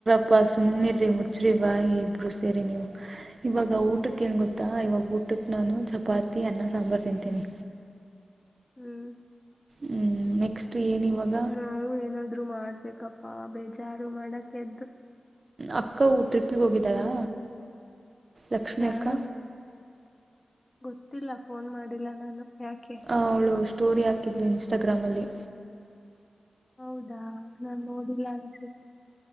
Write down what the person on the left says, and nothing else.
ಹ್ಮ್
ನಾವು ಏನಾದ್ರು ಮಾಡ್ಬೇಕಪ್ಪಾ ಬೇಜಾರು ಮಾಡಕ ಎದ್ರು
ಯಾರು
ಗೊತ್ತಿಲ್ಲ ಫೋನ್ ಮಾಡಿಲ್ಲ ನಾನು ಯಾಕೆ
ಹೌದಾ ನನ್ ನೋಡಿಲ್ಲ ಅನ್ಸುತ್ತೆ